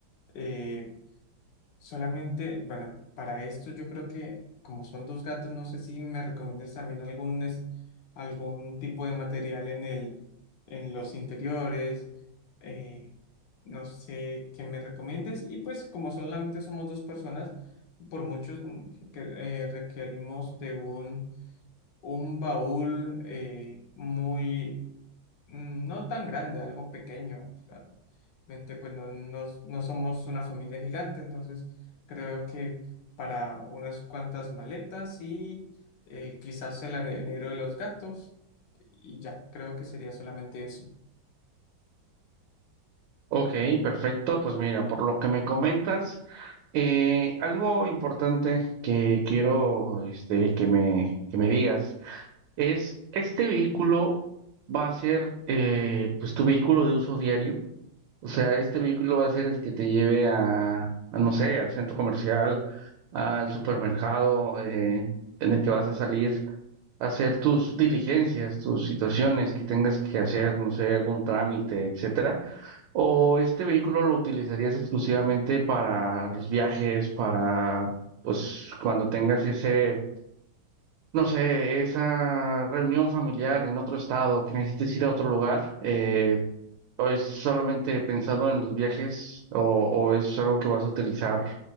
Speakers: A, on the left (about 70°); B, on the right (about 75°).
A: Eh, solamente, bueno, para esto yo creo que como son dos gatos, no sé si me recomiendas también algún, es- algún tipo de material en el, en los interiores. eh, no sé qué me recomiendes. Y pues como solamente somos dos personas, por muchos mm, que- eh, requerimos de un, un baúl eh, muy Mm, No tan grande, algo pequeño. O sea, realmente, pues no, no, no somos una familia gigante, entonces creo que para unas cuantas maletas y eh, quizás el anero de los gatos y ya, creo que sería solamente eso.
B: Ok, perfecto. Pues mira, por lo que me comentas, eh, algo importante que quiero este, que me, que me digas es, ¿este vehículo va a ser eh, pues tu vehículo de uso diario? O sea, ¿este vehículo va a ser el que te lleve a, a, no sé, al centro comercial, al supermercado, eh, en el que vas a salir? hacer tus diligencias, tus situaciones que tengas que hacer, no sé, algún trámite, etcétera? ¿O este vehículo lo utilizarías exclusivamente para los viajes, para, pues, cuando tengas ese, no sé, esa reunión familiar en otro estado, que necesites ir a otro lugar? Eh, ¿o es solamente pensado en los viajes o, o es algo que vas a utilizar